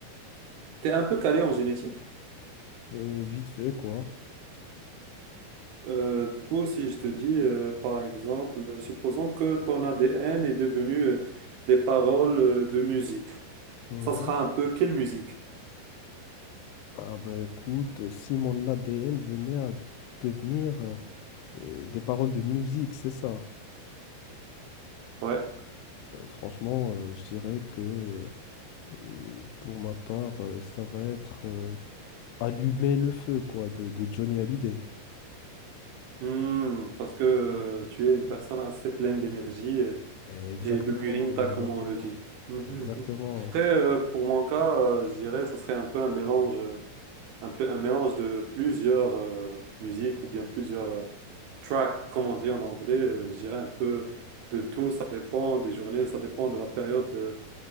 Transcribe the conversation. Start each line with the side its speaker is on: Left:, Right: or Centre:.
Right: tu es un peu calé en génétique.
Left: Euh, vite fait, quoi.
Right: Euh, du coup, si je te dis, euh, par exemple, euh, supposons que ton ADN est devenu euh, des paroles euh, de musique,
Left: Mhm.
Right: ça sera un peu quelle musique?
Left: Ah bah écoute, euh, si mon ADN venait à devenir euh, euh, des paroles de musique, c'est ça.
Right: Ouais,
Left: Euh, franchement, euh, je dirais que euh, pour ma part, euh, ça va être euh, Allumer le feu, quoi, de, de Johnny Hallyday.
Right: Hmm, parce que euh, tu es une personne assez pleine d'énergie euh,
Left: Exactement,
Right: et de grinta,
Left: exactement,
Right: comme on le dit. Mhm,
Left: exactement.
Right: mhm. Après, euh, pour mon cas, euh, je dirais, ça serait un peu un mélange. euh, un peu un mélange de plusieurs euh, musiques ou bien plusieurs euh, tracks, comme on dit en anglais. euh, je dirais un peu de tout. Ça dépend des journées, ça dépend de la période euh,